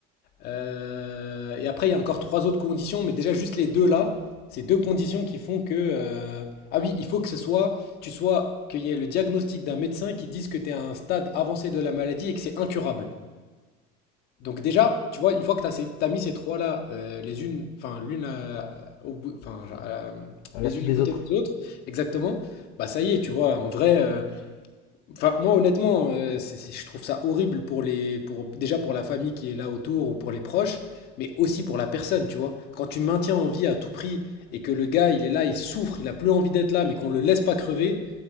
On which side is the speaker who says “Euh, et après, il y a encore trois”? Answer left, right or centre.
Left